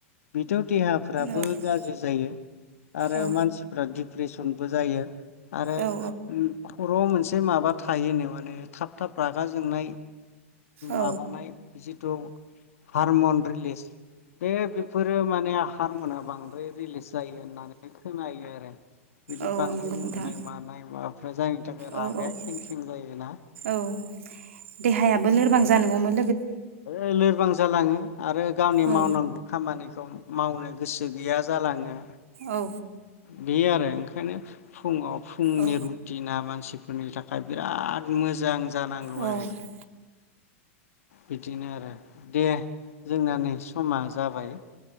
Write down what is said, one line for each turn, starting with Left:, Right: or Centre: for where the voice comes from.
Left: बिथ' देहा दाबो
Right: औ
Left: गाज्रि जा जायो। आरो
Right: औ
Left: मानसिफोरादि प्रेसनबो जायो। आरो
Right: औ
Left: <unintelligible> खर'आव मोन से माबा थायोनो माने थाब थाब रागा जोंनाय
Right: औ
Left: माबानाय जित <unintelligible> हारमन रिलिज बे बेफोरो माने <unintelligible> हारमना बांद्राय रिलिस जायो होननानै खोनायो आरो बिदि
Right: औ
Left: बांद्राय
Right: नंगौ
Left: उन्दुनाय
Right: नोंथां
Left: मानाय मा जायनि थाखाय रागाया
Right: औ औ
Left: खें खें जायोना।
Right: औ देहायाबो लोरबां जानांगौमोन
Left: ओ लोरबां जालाङो। आरो गावनि
Right: औ
Left: मावनांगौ खामानिखौ मावनो गोसो गैया जालाङो।
Right: औ।
Left: बे आरो ओंखायनो फुङाव फुंनि
Right: औ
Left: रुटिना ना मा नसिफोरनि थाखाय बिराद मोजां जानांगौ
Right: औ
Left: आरोखि। बिदिनो आरो दे जोंना नै समा जाबाय।